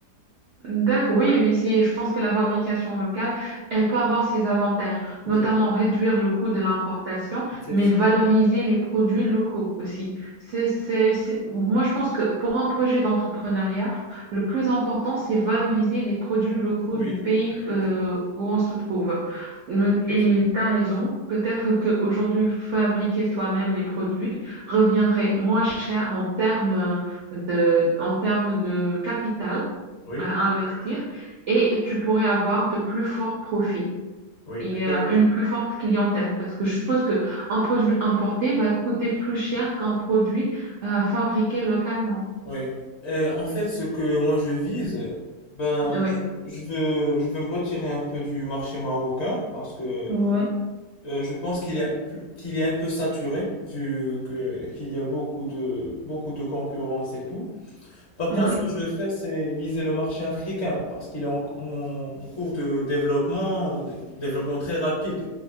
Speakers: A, on the right; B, on the left.
A: D'accord, oui, oui, c'est, je pense que la fabrication locale, elle peut avoir ses avantages,
B: Oui.
A: notamment réduire le coût de l'importation,
B: Effectivement,
A: mais valoriser les produits locaux aussi. C'est, c'est, c'est- Moi, je pense que pour un projet d'entrepreneuriat, le plus important, c'est valoriser les produits locaux
B: oui,
A: du pays
B: effectivement,
A: euh, où on se trouve. Et
B: effectivement.
A: tu as raison, peut-être qu'aujourd'hui, fabriquer toi-même les produits reviendrait moins cher en termes euh, de, en termes de capital
B: Oui,
A: à investir et tu pourrais avoir de plus forts profits
B: oui,
A: et
B: effectivement.
A: euh, une plus forte clientèle parce que je suppose que un produit importé va coûter plus cher qu'un produit euh, fabriqué localement.
B: Oui. Euh, en fait, ce que moi je vise, ben,
A: Oui,
B: je, je veux, je veux me retirer un peu du marché marocain parce que
A: oui,
B: euh, je pense qu'il est, plus- qu'il est un peu saturé vu que qu'il y a beaucoup de, beaucoup de concurrence et tout. Par
A: oui.
B: contre, ce que je vais faire, c'est viser le marché africain parce qu'il est en, en- en cours de développement, de- développement très rapide.